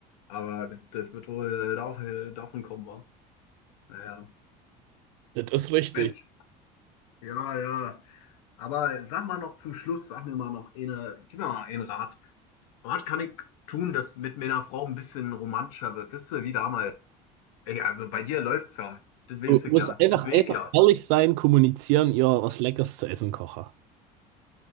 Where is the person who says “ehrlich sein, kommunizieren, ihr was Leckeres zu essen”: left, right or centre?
Right